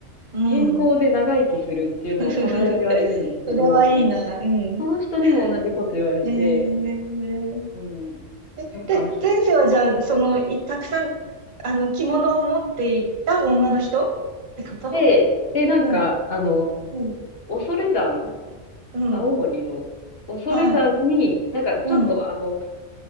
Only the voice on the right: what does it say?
うん。
<laughs> ふふふふそれはいいな。
うん。
えー、
えで、
前世はじゃあ、その、いたくさん、あの、着物を持っていた女の人ってこと
うん、
うん、
うん、
はい、
うん、